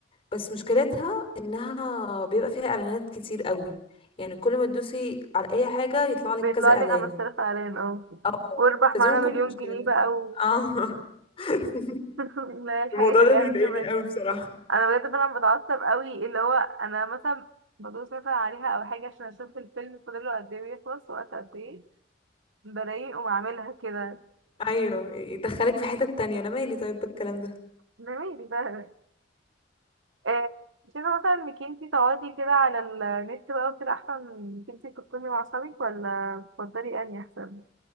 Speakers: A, on the left; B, on the right.
A: بس مشكلتها انها بيبقى فيها اعلانات كتير قوي يعني كل ما تدوسي على اي حاجه يطلع لك
B: بيطلع
A: كذا
B: لي
A: اعلان
B: 5000 اعلان اه
A: اه
B: واربح
A: فدي
B: معانا
A: ممكن
B: مليون
A: مشكلتها
B: جنيه بقى و...
A: اه <laughs>
B: <laughs> لا الحاجات
A: الموضوع
B: اللي
A: ده بيضايقني
B: احنا بنشوفها دي
A: قوي بصراحة
B: انا بجد فعلا بتعصب قوي اللي هو انا مثلا بدوس مثلا عليها او حاجه عشان اشوف الفيلم فاضله قد ايه ويخلص وقت قد ايه بلاقيه اقوم عاملها كده
A: ايوه يدخلك في حتة تانية انا مالي طيب بالكلام ده
B: جميل ده آه، شايفة مثلا انك انتي تقعدي كده على النت بقى وكده احسن من انك انتي تكوني مع اصحابك ولا تفضلي انهي احسن؟